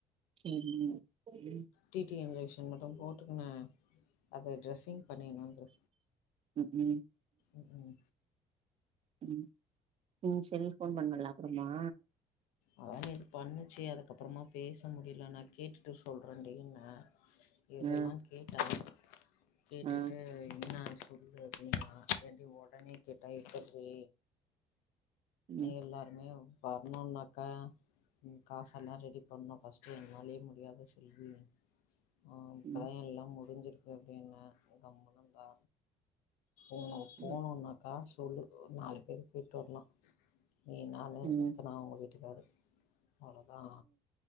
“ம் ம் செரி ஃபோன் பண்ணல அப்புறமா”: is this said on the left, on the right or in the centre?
Right